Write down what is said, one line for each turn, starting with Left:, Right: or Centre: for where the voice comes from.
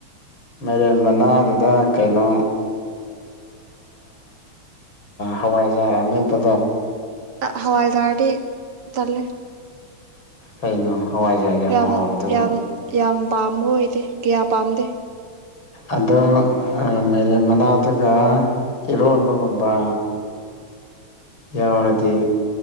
Left: ꯃꯥꯏꯔꯦꯟ ꯃꯅꯥꯗꯨꯗ ꯀꯩꯅꯣ ꯍꯋꯥꯏꯖꯥꯔ ꯅꯦꯝꯇꯣ
Right: ꯍꯋꯥꯏꯗꯔꯗꯤ ꯇꯂꯦ
Left: ꯀꯩꯅꯣ ꯍꯋꯥꯏꯖꯥꯔ
Right: ꯌꯥꯝ
Left: ꯍꯥꯎꯕꯗꯨꯕꯨ
Right: ꯌꯥꯝ ꯌꯥꯝ ꯄꯥꯝꯕ ꯑꯣꯏꯗꯦ ꯀꯌꯥ ꯄꯥꯝꯗꯦ
Left: ꯑꯗꯣ ꯃꯔꯦ ꯃꯅꯥꯗꯨꯒ ꯏꯔꯣꯟꯕꯒꯨꯝꯕ ꯌꯥꯎꯔꯗꯤ